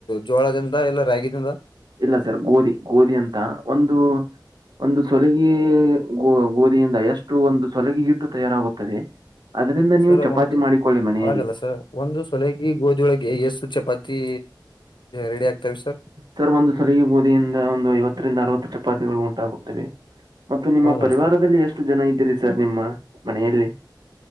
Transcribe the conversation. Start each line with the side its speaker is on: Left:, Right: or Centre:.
Left: ಜೋಳದಿಂದ ಇಲ್ಲ ರಾಗಿಯಿಂದ.
Right: ಇಲ್ಲ ಸರ್ ಗೋಧಿ ಗೋಧಿ ಅಂತ ಒಂದು. ಒಂದು ಸೊಲಗಿ ಗೋ ಗೋಧಿಯಿಂದ ಎಷ್ಟು ಒಂದು ಸೊಲಗಿ ಹಿಟ್ಟು ತಯಾರಾಗುತ್ತದೆ ಅದ್ರಿಂದ ನೀವು
Left: ಸರ್
Right: ಚಪಾತಿ
Left: ಒಂದು
Right: ಮಾಡಿಕೊಳ್ಳಿ ಮನೆಯಲ್ಲಿ
Left: ಆಗಲ್ಲ ಸರ್ ಒಂದು ಸೊಲಗಿ ಗೋಧಿೊಳಗೆ ಎಏಷ್ಟು ಚಪಾತಿ ರೆಡಿ ಆಗ್ತವೆ ಸರ್
Right: ಸರ್ ಒಂದು ಸಲಗಿ ಬೋದಿಯಿಂದ ಒಂದು ಐವತ್ತರಿಂದ ಅರವತ್ತು ಚಪಾತಿಗಳು ಉಂಟಾಗುತ್ತವೆ ಮತ್ತು ನಿಮ್ಮ
Left: ಹೌದಾ
Right: ಪರಿವಾರದಲ್ಲಿ
Left: ಸರ್
Right: ಎಷ್ಟು ಜನ ಇದ್ದೀರಿ ಸರ್ ನಿಮ್ಮ ಮನೆಯಲ್ಲಿ